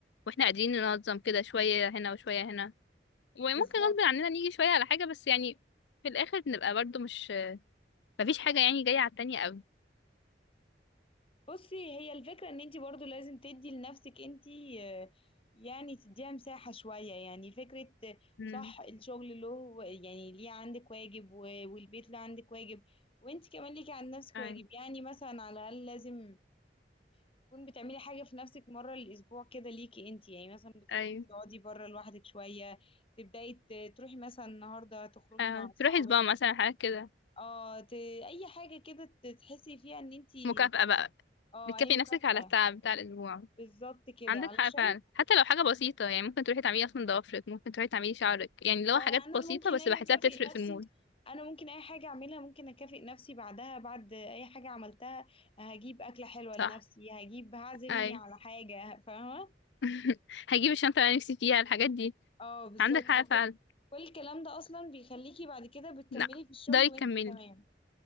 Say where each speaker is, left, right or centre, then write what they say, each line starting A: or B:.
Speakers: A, on the left; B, on the left.
A: واحنا قادرين ننظم كده شوية هنا وشوية هنا وممكن
B: بالظبط
A: غصب عننا نيجي شوية على حاجة بس يعني في الآخر بنبقى برضو مش مفيش حاجة يعني جاية على التانية قوي
B: بصي هي الفكرة ان انتي برضو لازم تدي لنفسك انتي آه، يعني تديها مساحة شوية يعني فكرة آه،
A: امم
B: صح الشغل له يعني ليه عندك واجب و- والبيت له عندك واجب وانتي كمان ليكي عند نفسك واجب
A: أيوة
B: يعني مثلا على الأقل لازم تكون بتعملي حاجة في نفسك مرة الأسبوع كده ليكي انتي يعني مثلا بتخرجي
A: أيوة
B: تقعدي بره لوحدك شوية تبدأي ت- تروحي مثلا النهاردة تخرجي
A: آه.
B: مع أصحابك
A: تروحي سبا مثلا حاجة كده
B: اه ت... أي حاجة كده ت- تحسي فيها ان انتي
A: مكافأة بقى
B: اه
A: بتكافئي
B: أي مكافأة
A: نفسك على التعب بتاع الأسبوع
B: بالظبط كده
A: عندك
B: علشان
A: حق فعلا حتى لو حاجة بسيطة يعني ممكن تروحي تعملي أصلا ضوافرك ممكن تروحي تعملي شعرك يعني لو
B: بقى
A: حاجات
B: أنا
A: بسيطة
B: ممكن
A: بس
B: أجي
A: بحسها
B: أكافئ
A: بتفرق في
B: نفسي
A: المود
B: أنا ممكن أي حاجة أعملها ممكن أكافئ نفسي بعدها بعد أي حاجة عملتها هجيب أكلة حلوة لنفسي
A: صح
B: هجيب هعزمني
A: أي
B: على حاجة فاهمة
A: <laughs> هجيب الشنطة اللي أنا نفسي فيها الحاجات دي
B: اه بالظبط
A: عندك حق
B: فكل
A: فعلا
B: كل الكلام ده اصلا بيخليكي بعد كده بتكملي
A: لا
B: في الشغل
A: ده يكملي
B: وانت تمام